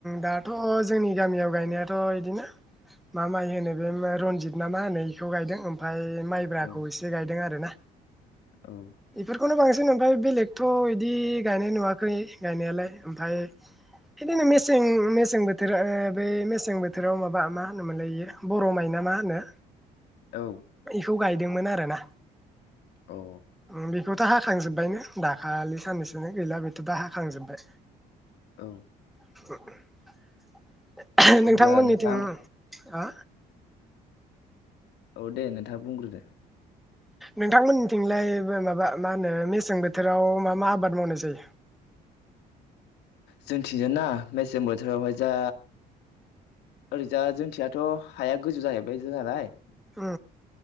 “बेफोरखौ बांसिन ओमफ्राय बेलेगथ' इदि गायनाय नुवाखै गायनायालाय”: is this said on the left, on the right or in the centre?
Centre